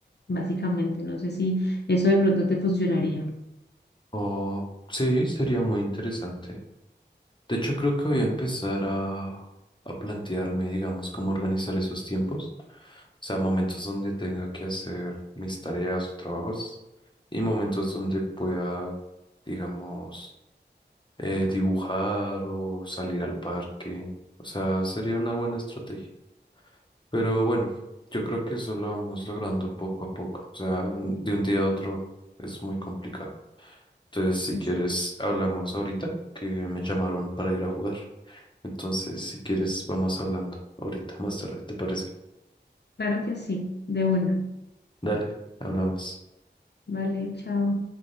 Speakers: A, on the left; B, on the left.
A: básicamente. No sé si eso de pronto te funcionaría.
B: O sí, sería muy interesante. De hecho, creo que voy a empezar a, a plantearme, digamos, cómo organizar esos tiempos. O sea, momentos donde tenga que hacer mis tareas o trabajos y momentos donde pueda, digamos, eh, dibujar o salir al parque. O sea, sería una buena estrategia. Pero bueno, yo creo que eso lo vamos logrando poco a poco. O sea, n- de un día a otro es muy complicado. Entonces, si
A: Exacto.
B: quieres, hablamos ahorita, que me llamaron para ir a jugar. Entonces, si quieres, vamos hablando ahorita, más tarde, ¿te parece?
A: Claro que sí, de una.
B: Dale, hablamos.
A: Vale, chao.